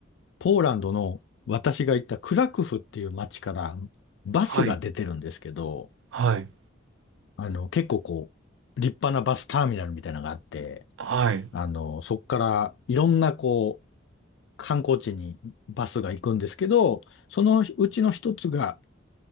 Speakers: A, on the left; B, on the right.
A: ポーランドの私が行ったクラクフっていう街からバスが出てるんですけど、
B: はい。はい。
A: あの、結構こう、立派なバスターミナルみたいなのがあって、
B: はい。
A: あの、そこからいろんなこう、観光地にバスが行くんですけど、そのうちの一つが